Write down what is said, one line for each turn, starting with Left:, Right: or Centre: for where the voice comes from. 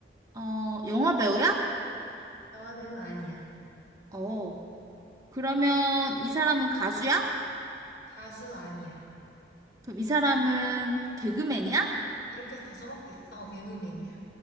Right: 어, 영화 배우야?
Left: 영화배우 아니야.
Right: 어. 그러면 이 사람은 가수야?
Left: 가수 아니야.
Right: 그럼 이 사람은 개그맨이야?
Left: 이렇게 다 써먹겠어. 어, 개그맨이야.